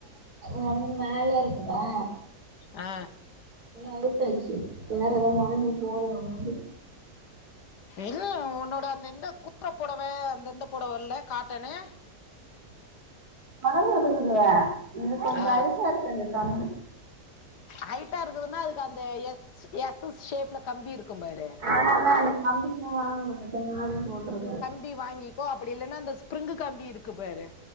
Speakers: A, on the right; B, on the left.
A: ம் மேல இருக்குதா
B: ஆ
A: அவுத்தாச்சுவேற தா வாங்கி போடணு வந்து
B: இல்ல உன்னோட அந்த இந்த கூற பொடவ அந்த இந்த பொடவ இல்ல காட்டனு
A: அதெல்லா இருக்குது அது கொஞ்சோ
B: ஆ
A: ஹைட்டா இருக்கு இந்த கம்பி
B: ஹைட்டா இருக்குதுன்னா அதுக்கு அந்த எஸ் எஸ்ஸ் ஷேப்ல கம்பி இருக்கும் பாரு
A: அதனாதா அந்த கம்பி இன்ன வாங்க மாட்ட ஆர்டர் போடிருக்கே
B: ம்பி வாங்கிக்கோ அப்படி இல்லைன்னா அந்த ஸ்பிரிங்கு கம்பி இருக்கு பாரு